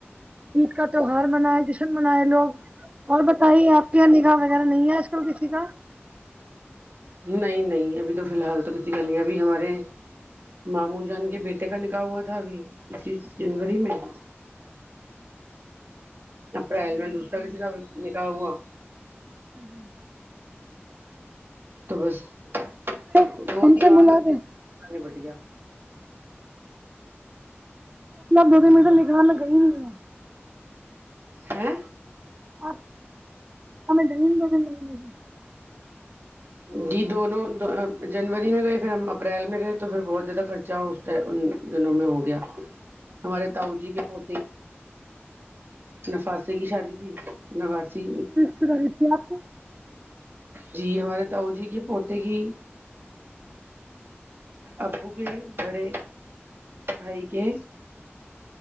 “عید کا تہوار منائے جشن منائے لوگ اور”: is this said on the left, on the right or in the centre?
Right